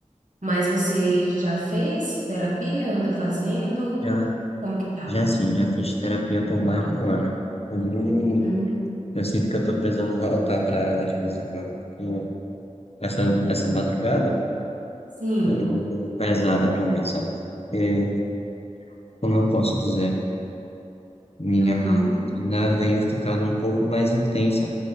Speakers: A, on the right (about 75°); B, on the left (about 50°).
A: Mas você já fez terapia? Anda fazendo?
B: Já
A: Como que tá?
B: Já sim, já fiz terapia por mais de um ano. Inclusive,
A: Hum,
B: eu sinto que eu tô precisando voltar para ela de vez em quando, porque essa, essa madrugada
A: sim.
B: foi um pouco pesada para mim, sabe? Porque, como eu posso dizer, minha
A: Uhum.
B: rotina veio ficando um pouco mais intensa,